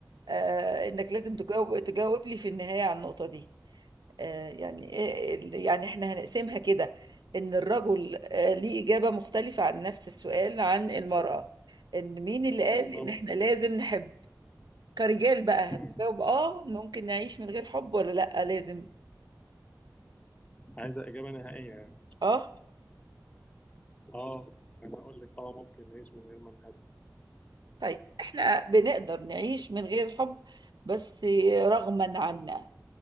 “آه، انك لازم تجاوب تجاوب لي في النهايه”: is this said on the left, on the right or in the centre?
Right